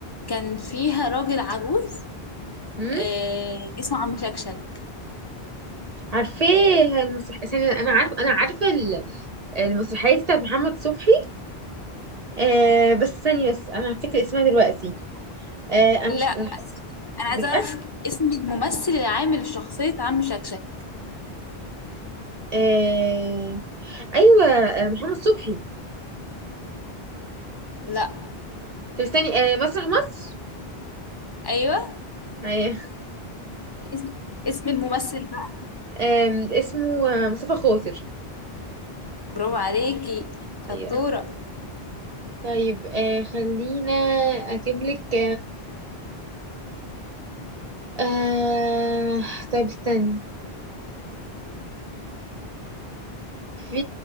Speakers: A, on the left (about 40°); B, on the right (about 40°).
A: كان فيها راجل عجوز
B: امم
A: آه اسمه عم شكشك
B: عارفاه المسرح... ثانية انا عارف انا عارفه ال- المسرحيه دي بتاعت محمد صبحي آه بس ثانية بس انا هفتكر اسمها دلوقتي آه انا
A: لا
B: مش
A: انا
B: بجد
A: عايزة اعرف اسم الممثل اللي عامل شخصية عم شكشك
B: آه ايوه آه محمد صبحي
A: لا
B: طب استني آه مسرح مصر
A: ايوه
B: ايوه
A: اسم اسم الممثل بقى
B: آم، اسمه آه، مصطفى خاطر
A: برافو عليكي
B: ايوه
A: شطورة
B: طيب آه خلينا اجيب لك آه... طب استني في